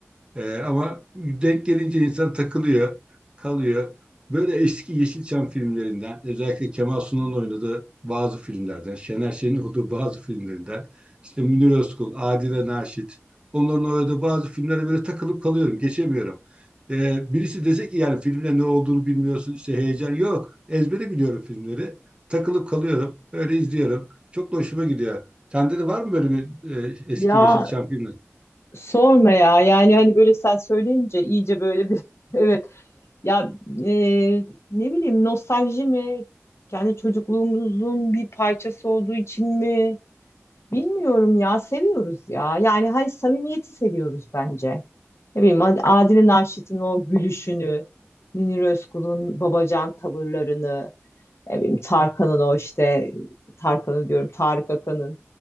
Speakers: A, on the right (about 20°); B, on the left (about 65°).
A: Ee, ama denk gelince insan takılıyor, kalıyor. Böyle eski Yeşilçam filmlerinden, özellikle Kemal Sunal'ın oynadığı bazı filmlerden, Şener Şen'in olduğu bazı filmlerinden, işte Münir Özkul, Adile Naşit, onların oynadığı bazı filmlere böyle takılıp kalıyorum, geçemiyorum. Ee, birisi dese ki yani filmde ne olduğunu bilmiyorsun, işte heyecan yok. Ezbere biliyorum filmleri. Takılıp kalıyorum, öyle izliyorum. Çok da hoşuma gidiyor. Sende de var mı böyle bir e, eski
B: Ya
A: Yeşilçam filmi?
B: sorma ya yani hani böyle sen söyleyince iyice böyle bir <laughs> evet ya e, ne bileyim nostalji mi kendi çocukluğumuzun bir parçası olduğu için mi bilmiyorum ya seviyoruz ya yani hani samimiyeti seviyoruz bence. Ne bileyim Ad- Adile Naşit'in o gülüşünü, Münir Özkul'un babacan tavırlarını. Ne bileyim, Tarkan'ın o işte Tarkan'ı diyorum Tarık Akan'ın